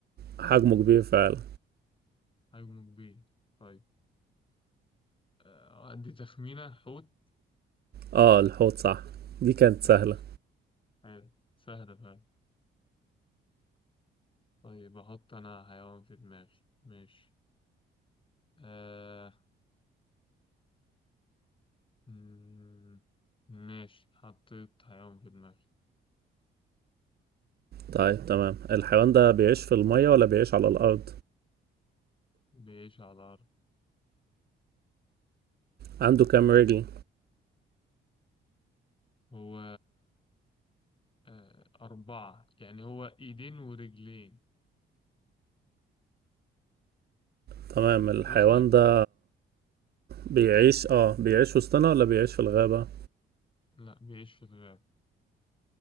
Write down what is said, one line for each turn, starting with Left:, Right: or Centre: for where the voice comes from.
Right: حجمه كبير فعلا
Left: حجمه كبير طيب آه أدي تخمينة حوت
Right: اه الحوت صح دي كانت
Left: ماشي
Right: سهلة
Left: حلو سهلة فعلا طيب أحط أنا حيوان في دماغي ماشي آه مم، ماشي حطيت حيوان في دماغي
Right: طيب تمام الحيوان ده بيعيش في المية ولا بيعيش على الارض
Left: بيعيش على الأرض
Right: عنده كام رجل
Left: هو آه، أربعة يعني هو إيدين ورجلين
Right: تمام الحيوان
Left: وصلت؟
Right: ده بيعيش اه بيعيش وسطنا ولا بيعيش في الغابة
Left: لا بيعيش في الغابة